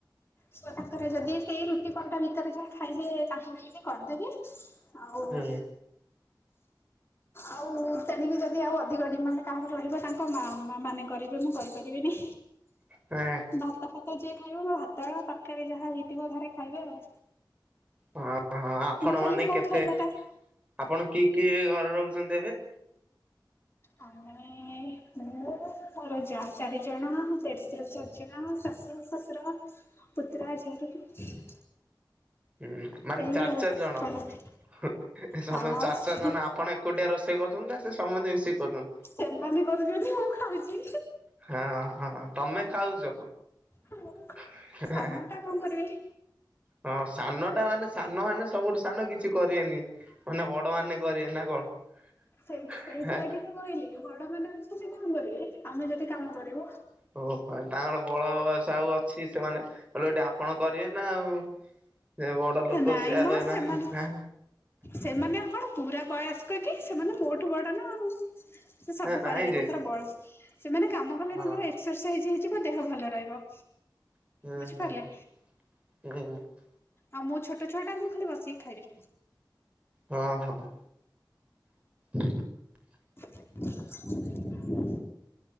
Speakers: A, on the left (about 30°); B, on the right (about 15°).
A: ଛୁଆ ତାଙ୍କର ଯଦି ସେଇ ରୁଟି ପରଟା ଭିତରେ ଯାହା ଖାଇବେ ତାଙ୍କ ନାଇକି ବି କରିଦେବି। ଆଉ
B: ହୁଁ
A: ଆଉ ତେଣିକି ଯଦି ଆଉ ଅଧିକ ଡିମାଣ୍ଡ କାହାର ରହିବ ତାଙ୍କ ମାମା ମାନେ କରିବେ ମୁଁ କରିପାରିବିନି।
B: ହଁ।
A: ଭାତ ଫାତ ଯିଏ ଖାଇବ ଭାତ ତରକାରୀ ଯାହା ହେଇଥିବ ଘରେ ଖାଇବେ ଆଉ।
B: ହଁ, ହଁ ଆପଣ
A: ମୁଁ ଖାଲି
B: ମାନେ
A: ମୋ
B: କେତେ
A: ଖାଇବା ଟା
B: ଆପଣ କିଏ କିଏ ଘରେ ରହୁଛନ୍ତି ଏବେ?
A: ଆମେ ମୁଁ ମୋର ଯା ଚାରିଜଣ ଦେଢଶରୁ ଚାରି ଜଣ ଶାଶୁ ଶଶୁ ଶୁର, ପୁତୁରା ଝିଆରୀ।
B: ହୁଁ, ମାନେ
A: ଏଇ
B: ଚାର
A: ଆଉ
B: ଚାର ଜଣ
A: ସମସ୍ତେ
B: ହୁଁ, ଏ ସମସ୍ତେ
A: ହଁ
B: ଚାର ଚାର ଜଣ ଆପଣ ଏକୁଟିଆ ରୋଷେଇ କରୁଚନ୍ତି ନା ସେ ସମସ୍ତେ ମିଶିକି କରୁଚନ୍?
A: ସେମାନେ କରୁଚନ୍ତି ମୁଁ ଖାଉଚି।
B: ହଁ ହଁ ତମେ ଖାଉଛ
A: ହଁ।
B: <inaudible>
A: ସାନ ଟା କଣ କରିବି?
B: ହଁ ସାନ ଟା ମାନେ ସାନ ମାନେ ସବୁଠୁ ସାନ କିଛି କରିବେନି ମାନେ ବଡ଼ ମାନେ କରିବେ ନା କଣ?
A: ସେଇ ସେଇଥିଲାଗି କହିଲି ବଡ଼ ମାନେ ଅଛନ୍ତି କଣ କରିବେ ଆମେ ଯଦି କାମ କରିବୁ।
B: ଓ ହୋ ତାଙ୍କର ବଳ ବୟସ ଆଉ ଅଛି ସେମାନେ ଓଲୋଟି ଆପଣ କରିବେ ନା ଆଉ। ସେ ବଡ଼ ଲୋକ
A: ନାଇଁ
B: ସେ ଆଉ
A: ମ
B: ଏଇନା
A: ସେମାନେ ସେମାନେ ଆଉ କଣ ପୁରା ବୟସସ୍କ କି ସେମାନେ ମୋଠୁ ବଡ଼ ନା ଆଉ। ସେ ସବୁ
B: ନାଇଁ
A: କରିବେ
B: ଯେ
A: ତାଙ୍କର ବଳ ସେମାନେ କାମ କଲେ
B: ହଁ
A: ତାଙ୍କର ଏସ ଏକ୍ସରସାଇଜ ହେଇଯିବ ଦେହ ଭଲ ରହିବ।
B: ହୁଁ
A: ବୁଝିପାରିଲେ
B: ହୁଁ ହୁଁ।
A: ଆଉ ମୁଁ ଛୋଟ ଛୁଆଟା ମୁଁ ଖାଲି ବସିକି ଖାଇବି।
B: ହଁ ହଁ। <inaudible>
A: <inaudible>